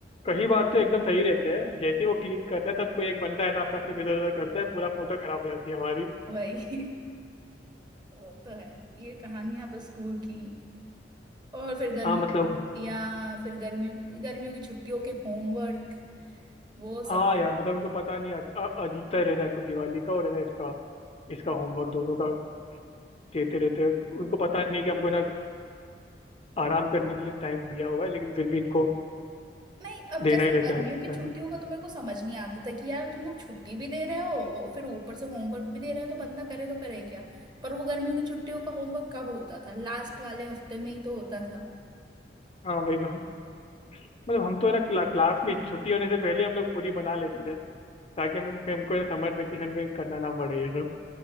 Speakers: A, on the left; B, on the right.
A: कई बार तो एकदम सही रहते हैं जैसे ही वो क्लिक करता है तब कोई एक बंदा है ना अपना सिर इधर उधर करता है पूरा फोटो खराब हो जाती है हमारी
B: <laughs> वही वो तो है ये कहानियां तो स्कूल की और फिर गर्मी
A: हाँ मतलब
B: की छुट्टियां फिर गर्मियों की गर्मियों की छुट्टियों के होमवर्क वो सब
A: हाँ यार मतलब उनको पता नहीं अ- अ- अजीता ही रहता है इनको दिवाली का और है ना इसका इसका होमवर्क दोनों का देते रहते हैं उनको पता नहीं कि हमको ना आराम करने के लिए टाइम दिया हुआ है लेकिन फिर भी इनको
B: नहीं अब
A: देना
B: जैसे
A: ही रहता
B: गर्मियों
A: है
B: की
A: पेमेंट
B: छुट्टियों का तो मेरे को समझ नहीं आता था कि यार तुम लोग छुट्टी भी दे रहे हो और फिर ऊपर से होमवर्क भी दे रहे हो तो बंदा करे तो करे क्या पर वो गर्मियों की छुट्टियों का होमवर्क कब होता था लास्ट वाले हफ्ते में ही तो होता था
A: हाँ वही तो हम मतलब हम तो है ना क्ला, क्लास में छुट्टी होने से पहले हम लोग पूरी बना लेते थे ताकि हम हमको समर वेकेशन पे करना ना पड़े ये सब